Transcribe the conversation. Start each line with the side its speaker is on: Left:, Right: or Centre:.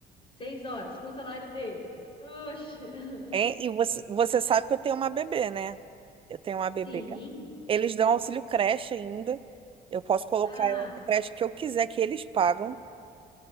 Left: seis horas com um salário desse. Oxe. <laughs>
Right: Hein? E você, você sabe que eu tenho uma bebê, né? Eu tenho uma bebê.
Left: Sim.
Right: Eles dão auxílio creche ainda. Eu posso colocar
Left: Ah,
Right: a creche que eu quiser, que eles pagam.